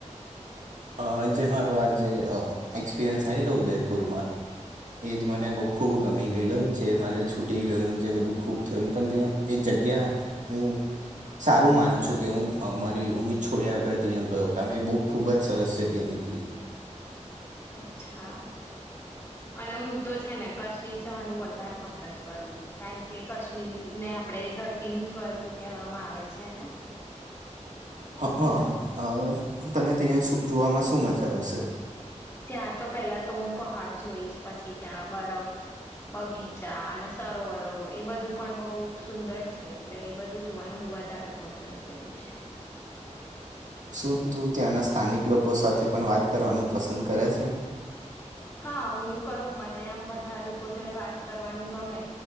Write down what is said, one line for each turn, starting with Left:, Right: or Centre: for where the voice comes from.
Right: અ જે મારોું આ જે એક્સપિરિયન્સ આવેલો ઉદયપુરમાં એ જ મને બહુ ખૂબ ગમી ગયેલો જે મારે છૂટી ગયું જે બધું ખૂબ થયું પણ ત્યાં એ જગ્યા હું સારું માનું છું કે હું મારી ઉમીદ છોડ્યા વગર ત્યાં ગયો કેમે એ બહુ ખૂબ જ સરસ જગ્યા નીકળ
Left: અચ્છા અને હું તો છે ને કાશ્મીર જવાનું વધારે પસંદ કરું કારણ કે કાશ્મીરને આપણે ધરતી ન સ્વર્ગ કહેવામાં આવે છે ને
Right: હ હ તને ત્યાં જોવામાં શું મજા આવશે,
Left: ત્યાં તો પેલા તો હું પહાડ જોઈશ પછી ત્યાં બરફ બગીચા અને સરોવરો એ બધું પણ બહુ સુંદર છે, એટલે એ બધું જોવાનું હું વધારે પસંદ કરીશ
Right: શું તું ત્યાંના સ્થાનિક લોકો સાથે પણ વાત કરવાનું પસંદ કરે છે?
Left: હા હું કરું મને આમ બધા લોકો જોડે વાત કરવાનું ગમે